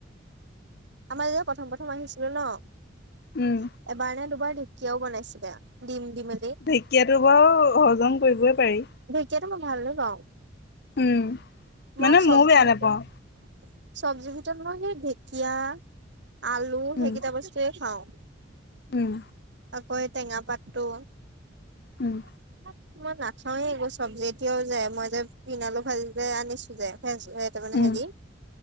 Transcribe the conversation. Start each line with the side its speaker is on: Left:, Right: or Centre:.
Right: আমাৰ এইয়া প্ৰথম প্ৰথম আহিছিলো ন
Left: উম
Right: এবাৰ নে দুবাৰ ঢেঁকীয়াও বনাইছিলে। দিম দিম
Left: ঢেঁকীয়াতো বাৰু হজম কৰিবই পাৰি।
Right: কিয়াতু মই ভাল নে পাওঁ।
Left: উম
Right: মই
Left: মানে
Right: চব্জিৰ
Left: ময়ো বেয়া
Right: ভিতৰত
Left: নাপাওঁ।
Right: চব্জিৰ ভিতৰত মই সেই ঢেকীয়া, আলু
Left: উম
Right: সেইকেইটা বস্তুয়ে খাওঁ।
Left: উম
Right: আকৌ এ টেঙা পাতটো
Left: ওম
Right: <unintelligible> মই নাখাওৱে একো চব্জি এতিয়াও যে মই যে পিনালো ভাজি যে আনিছো যে ত মানে
Left: উম
Right: হেৰি,